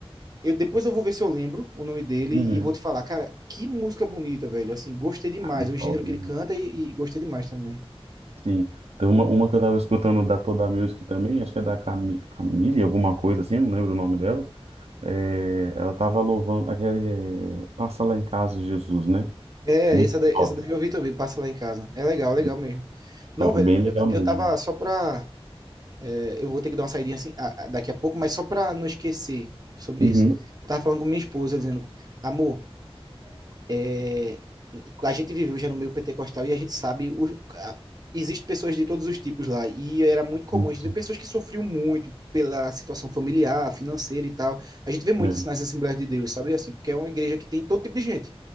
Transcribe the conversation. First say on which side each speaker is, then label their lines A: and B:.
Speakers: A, on the right; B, on the right.
A: Eu, depois eu vou ver se eu lembro o nome dele
B: uhum.
A: e vou te falar, cara, que música bonita, velho. Assim, gostei demais,
B: Ah, muito
A: o gênero
B: top.
A: que
B: hein?
A: ele canta e, e gostei demais também.
B: Sim. Tem uma, uma que eu tava escutando da Toda a Music também, acho que é da Cami, Camille, alguma coisa assim, eu não lembro o nome dela. É, ela tava louvando aquele é, Passa Lá em Casa, Jesus, né?
A: É,
B: Muito
A: essa daí,
B: top.
A: essa daí eu vi também, passa lá em casa. É legal, legal
B: Muito
A: mesmo. Não,
B: top,
A: velho,
B: bem
A: eu,
B: legal
A: ta-
B: mesmo.
A: eu tava só pra É, Eu vou ter que dar uma saída assim, a- a- daqui a pouco, mas só para não esquecer sobre
B: Uhum.
A: isso. Eu tava falando com minha esposa, dizendo, amor, é, a gente viveu já no meio pentecostal e a gente sabe, o, a, existe pessoas de todos os tipos lá, e era muito comum
B: Isso.
A: a gente ver pessoas que sofriam muito pela situação familiar, financeira e tal. A gente vê muito
B: É.
A: isso nas Assembleias de Deus, sabe assim, porque é uma igreja que tem todo tipo de gente.